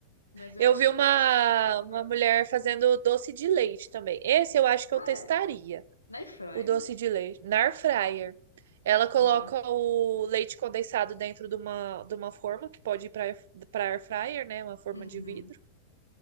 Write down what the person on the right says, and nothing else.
Eu
vi
uma,
uma mulher fazendo doce de leite também. Esse eu acho que
eu testaria.
o doce de leite. Na air fryer. Ela coloca
o leite condensado dentro de uma, de uma forma que pode ir para para air fryer, né? Uma forma
de vidro.